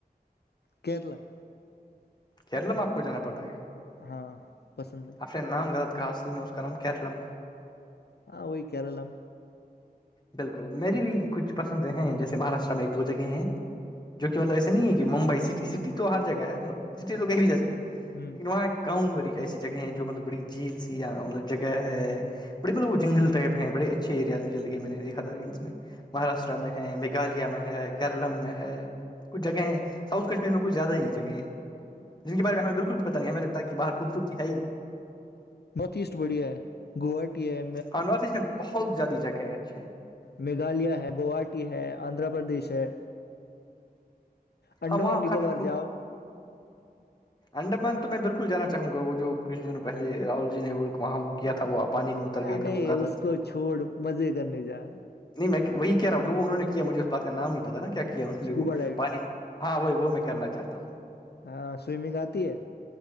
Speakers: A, on the left (about 85°); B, on the left (about 25°).
A: کیرلا <unintelligible>
B: کیللا میں آپ کو جانا پڑ رہے گا
A: ہاں پسند ہے
B: آپ نے نام غلط کہا اصل میں اس کا نام کیرلم ہے
A: ہاں وہی کیار لم
B: بالکل میری بھی کچھ پسند ہیں جیسے مہاراشٹر میں ایک دو جگہ ہیں جو کہ مطلب ایسے نہیں ہے کہ ممبئی سٹی سٹی تو ہر جگہ ہے مطلب سٹی تو کہیں بھی جا سکتے ہیں
A: ہ
B: لیکن وہاں کااؤںی ایسی جگہیں ہیں جو مطلب بڑی جھیل سی مطلب جگہ ہے بڑے ملب وہ جنل ٹائپ ہیںڑے اچھے ایریازجھے لگے میں نےیکھا تھا ہلز میں مہاراشٹرا میں ہے میگھالیہ میں ہے کیرلمم میں ہے کچھ جگہ ہیں ساؤھ کشمیر میں کچھ زیادہ ہی جگہ ہیں جن کےار میں ہم بالکل بھی پت نہیں ہمیں لگتا کہ باہ خوبصورتی ہے ہی نہیں
A: نارتھ ایسٹ بڑھیا ہے گوہاٹی ہے
B: ہاں نارتھ ایسٹ میں بہت زیادی جگیںچ
A: میگھالیہ ہے گواٹی ہے آندھرا پردیش ہے انڈمان
B: ہاں وہاں
A: نکوبار
B: کافی
A: جاؤ
B: انڈرمان تو میں بالکل جانا چاہوں گا وہ جو کچھ دنوں پہے راہل جی نے وہاں وہ کیا تھا وہ پانی میں اتر گئے
A: ابائی
B: پھر وہ کر رہے
A: اس کو چھوڑ مزے کرنے جا
B: نہیں میں وہی کہہ رہا ہوں جو وہ انہوں نے کیا مجھے اس بات کا نام نہیں پتا نا کیا کیا
A: اسکوبا
B: انہوں نے وہ
A: ڈائیونگ
B: پانی ہاں وہی وہ میں کرنا چاہتا ہوں
A: ہاں سوئمنگ آتی ہے